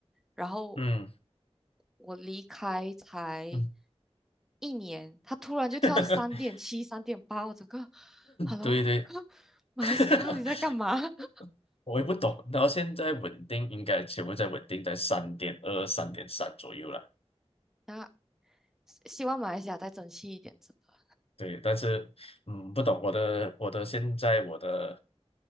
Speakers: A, in the centre; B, on the left.
A: 然后
B: 嗯
A: 我离开才
B: 嗯，
A: 一年，他突然就跳三点七、
B: <laughs>
A: 三点八，我整个，Hello，
B: 对对，
A: <laughs> 马来西亚到底在干嘛？
B: <laughs>
A: <laughs>
B: 我也不懂。然后现在稳定应该全部在稳定在三点二、三点三左右了。
A: 那希望马来西亚再争气一点，真的。
B: 对，但是嗯，不懂我的我的现在我的